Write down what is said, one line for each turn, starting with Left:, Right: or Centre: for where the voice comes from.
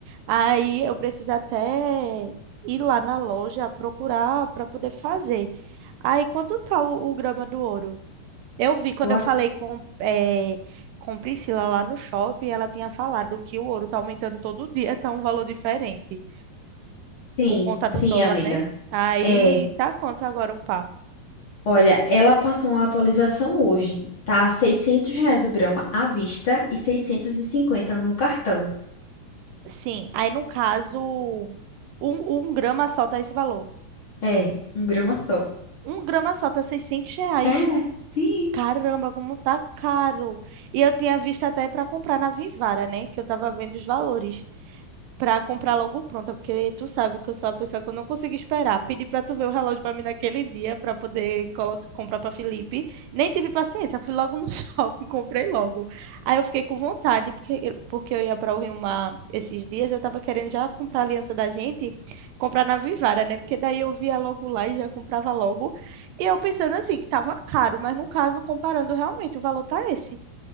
Right: Aí eu preciso até ir lá na loja procurar para poder fazer. Aí, quanto tá o, o grama do ouro? Eu vi quando
Left: Eu ac-
Right: eu falei com, eh, com Priscila lá no shopping, ela tinha falado que o ouro tá aumentando todo dia, tá um valor diferente,
Left: Sim,
Right: por conta do
Left: sim,
Right: dólar,
Left: amiga.
Right: né? Aí
Left: É,
Right: tá quanto agora o pá?
Left: olha, ela passou uma atualização hoje. Tá
Right: Hum.
Left: 600 reais o grama à vista e 650 no cartão.
Right: Sim, aí no caso, um, um grama só tá esse valor.
Left: É, um grama só.
Right: Um grama só tá 600 reais.
Left: É, sim,
Right: Caramba, como tá caro. E eu tinha visto até para comprar na Vivara, né? Que eu tava vendo os valores. pra comprar logo pronta, porque tu sabe que eu sou a pessoa que eu não consigo esperar. Pedi pra tu ver o relógio pra mim naquele dia, pra poder colocar, comprar pra Felipe. Nem tive paciência, fui logo no <laughs> shopping, comprei logo. Aí eu fiquei com vontade, porque, porque eu ia pra o Rio Mar esses dias, eu tava querendo já comprar a aliança da gente, comprar na Vivara, né? Porque daí eu via logo lá e já comprava logo. E eu pensando assim, que tava caro, mas no caso, comparando realmente, o valor tá esse.